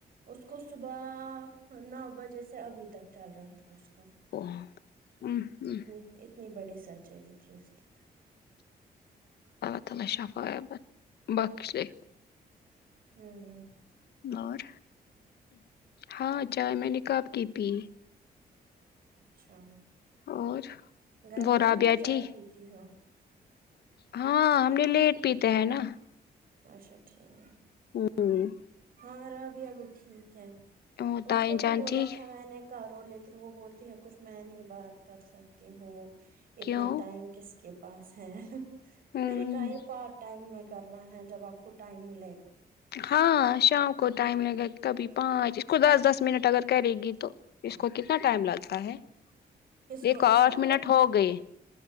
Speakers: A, on the right; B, on the left.
A: اس کو صبح نو بجے سے ابھی تک چل رہا تھا اس کا
B: او، ام،
A: ا
B: ام،
A: اتنی بڑی سرجری تھی اس کی
B: اللہ تعالی شفاعت بخشے
A: ھمم
B: اور ہاں چائے میں نے کب کی پی
A: اچھا
B: اور
A: گرمی
B: وہ رابعہ
A: میں بھی چائے
B: تھی
A: پیتی ہو
B: ہاں ہم نے لیٹ پیتے ہیں نا
A: اچھا ٹھیک
B: ہوں ہمم
A: ہاں ربیعہ ابھی ٹھیک ہے
B: وہ
A: اس
B: تائیں
A: کو بھی
B: جان
A: بولا
B: ٹھیک
A: تھا میں نے کرو لیکن وہ بولتی ہے کچھ میں نہیں بات کر سکتی ہوں اتنا
B: کیوں
A: ٹائم کس کے پاس ہے
B: ہوں
A: میں نے کہا یہ پارٹ ٹائم میں کرنا ہے جب آپ کو ٹائم ملے گا
B: ہاں شام کو ٹائم لگے کبھی پانچ اس کو دس دس منٹ اگر کرے گی تو
A: گا
B: اس کو کتنا ٹائم لگتا ہے
A: کس
B: دیکھو
A: کو اس
B: آٹھ
A: کو
B: منٹ ہو گئے